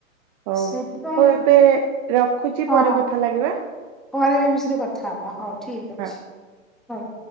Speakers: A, on the right; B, in the centre.
A: ହଉ
B: ସେଥିପାଇଁ
A: ହଉ ଏବେ ରଖୁଚି
B: ହଁ
A: ପରେ କଥା ଲାଗିବା।
B: ପରେ ବି ବିଷୟରେ କଥା ହେବା ହଉ ଠିକ୍
A: ହଁ।
B: ଅଛି ହଉ।